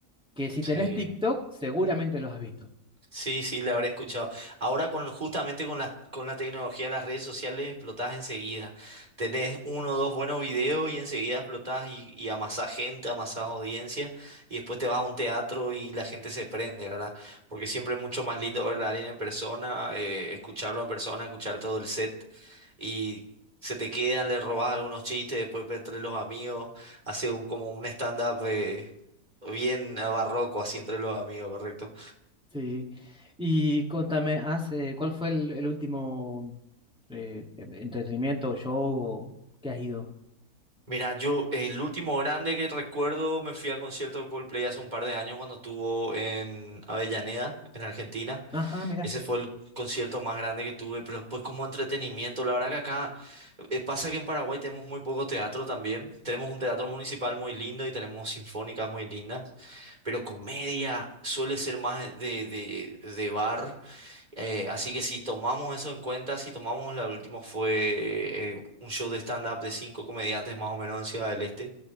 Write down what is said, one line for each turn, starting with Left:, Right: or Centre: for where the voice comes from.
Centre: que si
Right: sí.
Centre: tenés TikTok seguramente los has visto.
Right: Sí, sí, la habré escuchado. Ahora con justamente con la, con la tecnología de las redes sociales explotás enseguida. Tenés uno o dos buenos videos y enseguida explotás y, y amasás gente, amasás audiencia y después te vas a un teatro y la gente se prende, ¿verdad? Porque siempre es mucho más lindo verla a alguien en persona, eh, escucharlo en persona, escuchar todo el set y se te quedan, le robás algunos chistes, después entre los amigos, hace un, como un stand-up eh, bien barroco así entre los amigos, ¿correcto?
Centre: Sí. Y contame, hace ¿cuál fue el, el último eh, entretenimiento, show o que has ido?
Right: Mira, yo el último grande que recuerdo me fui al concierto de Coldplay hace un par de años cuando estuvo en Avellaneda, en Argentina.
Centre: Ajá, mira.
Right: Ese fue el concierto más grande que tuve, pero después como entretenimiento, la verdad que acá eh, pasa que en Paraguay tenemos muy poco teatro también. Tenemos un teatro municipal muy lindo y tenemos sinfónicas muy lindas, pero comedia suele ser más de, de, de bar. Eh, así que si tomamos eso en cuenta, si tomamos la última fue eh, un show de stand-up de cinco comediantes más o menos en Ciudad del Este,